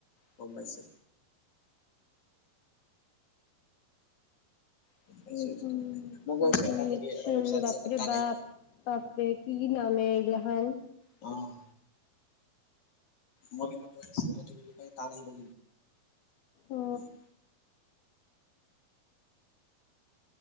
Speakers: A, on the left; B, on the left.
A: গম পাইছো। গম পাইছো
B: এইখন
A: এইটোতো অহা নাই মই
B: কি
A: কৈছো
B: ডামেকচন
A: এটা হেৰি এটা ৱেবচাইট
B: বাপৰে
A: আছে তাত তাত
B: বাপ।
A: আহিব
B: বাপৰে কি নাম হে এইগিলা হান।
A: অ', মই কিন্তু কৈ আছো এইটো
B: অ
A: <unintelligible>